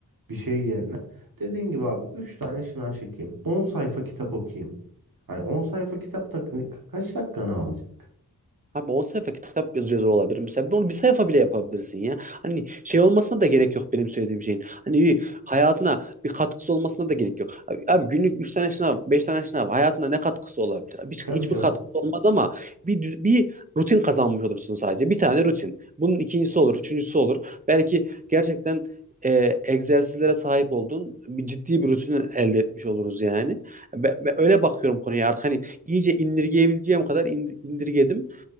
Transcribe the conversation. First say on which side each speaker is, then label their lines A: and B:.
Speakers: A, on the right (about 65°); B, on the right (about 25°).
A: bir şey yerine dediğin gibi abi 3 tane şınav çekeyim. on sayfa kitap okuyayım. Yani on sayfa kitap da ne- kaç dakikanı alacak?
B: Abi 10 sayfa kitap yazıyor olabilir. Mesela bunu bir sayfa bile yapabilirsin ya. Hani şey olmasına da gerek yok benim söylediğim şeyin. Hani bir hayatına bir katkısı olmasına da gerek yok. Abi, abi günlük 3 tane sınav, 5 tane sınav hayatına ne katkısı olabilir? Abi Hiç,
A: Tabii
B: hiçbir
A: canım.
B: katkısı olmaz ama bir, dü- bir rutin kazanmış olursun sadece. Bir tane rutin. Bunun ikincisi olur, üçüncüsü olur. Belki gerçekten e, egzersizlere sahip olduğun bir ciddi bir rutin elde etmiş oluruz yani. Ben, ben öyle bakıyorum konuya artık hani iyice indirgeyebileceğim kadar in- indirgedim.